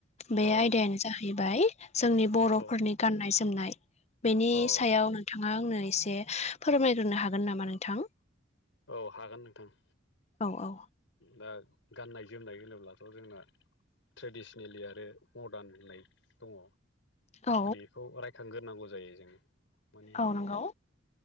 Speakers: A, on the left; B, on the left.
A: बे
B: औ
A: आयदायानो जाहैबाय जोंनि बर'फोरनि
B: औ
A: गाननाय- जोमनाय। बेनि
B: औ
A: सायाव नोंथाङा आंनो एसे फोरमायग्रोनो हागोन नामा नोंथां?
B: औ हागोन नोंथां।
A: औ औ।
B: दा गाननाय- जोमनाय होनोब्लाथ' जोंना ट्रेडिसनेलि आरो मदार्न होननाय दङ।
A: औ
B: बेखौ रायखांग्रोनांगौ जायो जोङो
A: औ नंगौ।